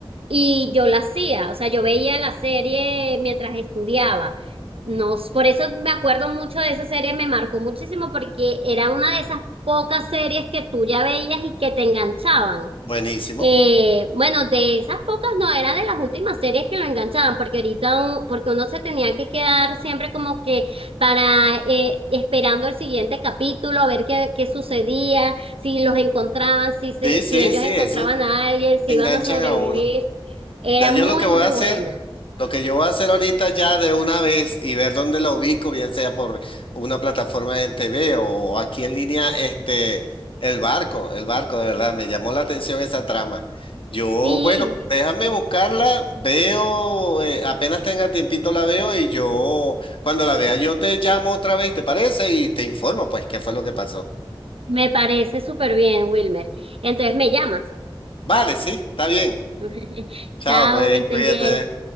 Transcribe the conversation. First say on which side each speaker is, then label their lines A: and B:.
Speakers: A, on the right (about 80°); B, on the left (about 65°).
A: y yo la hacía, o sea, yo veía la serie mientras estudiaba. No, por eso me acuerdo mucho de esa serie, me marcó muchísimo porque era una de esas pocas series que tú ya veías y que te enganchaban.
B: Buenísimo.
A: Eh, bueno, de esas pocas no, era de las últimas series que lo enganchaban, porque ahorita, u- porque uno se tenía que quedar siempre como que para, eh, esperando el siguiente capítulo, a ver qué, qué sucedía, si los encontraban, si se,
B: Sí,
A: si
B: sí,
A: ellos
B: sí,
A: encontraban
B: eso
A: a alguien, si
B: enganchan
A: iban a sobrevivir.
B: a uno.
A: Era
B: Ya yo
A: muy,
B: lo que voy
A: muy
B: a hacer.
A: buena.
B: Lo que yo voy a hacer ahorita ya de una vez y ver dónde lo ubico, bien sea por una plataforma en TV o aquí en línea, este, el barco, el barco, de verdad, me llamó la atención esa trama. Yo,
A: Sí,
B: bueno, déjame buscarla, veo, eh, apenas tenga tiempito la veo y yo, cuando la vea, yo te llamo otra vez, ¿te parece? Y te informo, pues, qué fue lo que pasó.
A: me parece súper bien, Wilmer. Entonces me llamas.
B: Vale, sí, está bien.
A: <laughs>
B: Chao,
A: Chao,
B: pues,
A: que estés
B: cuídate.
A: bien.